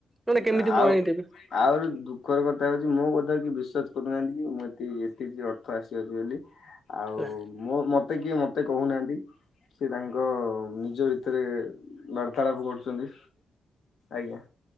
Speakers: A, on the right (about 20°); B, on the left (about 70°).
A: ନନେ କେମିତି
B: ଆଉ
A: ମୁଁ ଆଣିଦେବି?
B: ଆହୁରି ଦୁଃଖର କଥା ହଉଛି ମୋ କଥା କି ବିସ୍ୱାସ କରୁନାହାନ୍ତି କିଁ ଏ ଏତିକି ଅର୍ଥ ଆସିଅଛି ବୋଲି ଆଉ
A: ହେଲା
B: ମ ମତେ କିଏ ମତେ କହୁନାହାନ୍ତି ସେ ତାଙ୍କ ନିଜ ଭିତରେ ବ ତାଳପ କରୁଛନ୍ତି ଆଜ୍ଞା।